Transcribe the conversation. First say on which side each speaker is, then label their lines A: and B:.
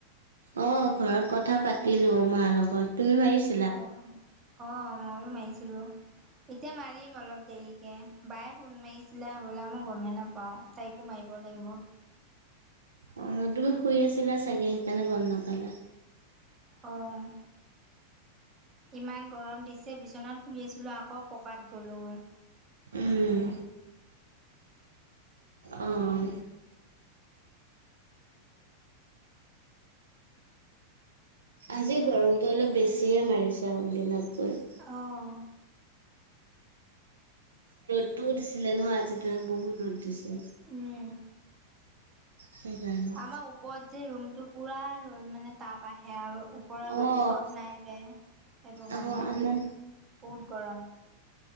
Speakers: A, on the right; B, on the right.
A: অ' ঘৰত কথা পাতিলোঁ মাৰ লগত, তুমি মাৰিছ
B: অ', অ' ময়ো মাৰিছিলোঁ অ'। এতিয়া মাৰিম অলপ দেৰিকে বায়ে ফোন মাৰিছিলে হ'বলা মই গমেই নাপাওঁ। তাইকো মাৰিব লাগিব।
A: অ' তুমি শুই আছিলা চাগে সেইকাৰণে গম নাপালা।
B: অ', ইমান গৰম দিছে, বিচনাত শুই আছিলোঁ আকৌ পকাত গ'লোঁগৈ।
A: উম, অ'। আজি গৰমটো অলপ বেছিয়ে মাৰিছে আন দিনাতকৈ।
B: অ'।
A: ৰ'দটো দিছিলে নহয় আজি দিনত বহুত ৰ'দ দিছে।
B: উম,
A: সেইকাৰণে।
B: আমাৰ ওপৰত যে ৰুমটো পুৰা ৰ'দ মানে তাপ আহে আৰু ওপৰত
A: অ',
B: মানে চট নাই যে সেইটো কাৰণে
A: অ', আমাৰ
B: বহুত গৰম।